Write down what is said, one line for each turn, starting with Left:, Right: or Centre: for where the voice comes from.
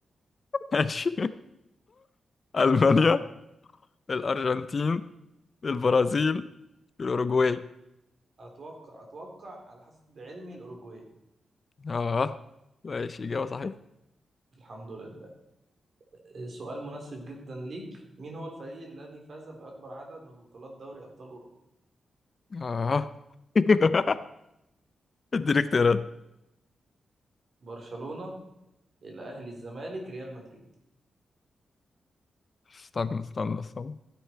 Left: <laughs> ماشي ألمانيا الأرجنتين البرازيل الأوروجواي
Right: اتوقع اتوقع على حسب علمي الاوروجواي
Left: اه ماشي إجابة صحيحة
Right: الحمد لله آه، سؤال مناسب جدا ليك مين هو الفريق الذي فاز باكبر عدد من بطولات دوري ابطال اوروبا
Left: اه <laughs> اديني اختيارات
Right: برشلونة الاهلي الزمالك ريال مدريد
Left: استنى استنى استنى